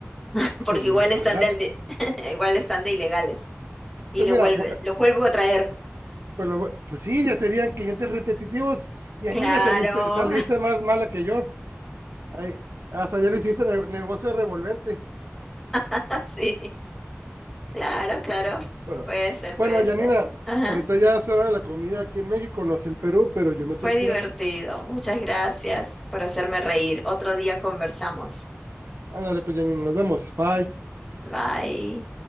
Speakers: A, in the centre; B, on the right.
A: <laughs>
B: pues
A: porque
B: te vuelven
A: igual
B: a pagar.
A: están de, <laughs> igual están de ilegales y
B: Pues
A: lo
B: mira,
A: vuelve,
B: bueno,
A: lo vuelvo a traer.
B: pues, lo- pues sí, ya serían clientes repetitivos. Yanina,
A: Claro,
B: saliste, saliste más mala que yo. Ahí, hasta ya lo hiciste ne- negocio revolvente.
A: <laughs> sí, claro, claro.
B: Bueno,
A: Puede ser, puede
B: bueno, Yanina,
A: ser. Ajá.
B: ahorita ya es hora de la comida aquí en México, no sé en Perú, pero yo me
A: Fue
B: tengo
A: divertido.
B: que ir a comer.
A: Muchas gracias por hacerme reír. Otro día conversamos.
B: Ándale, pues, Janine, nos vemos. Bye.
A: Bye.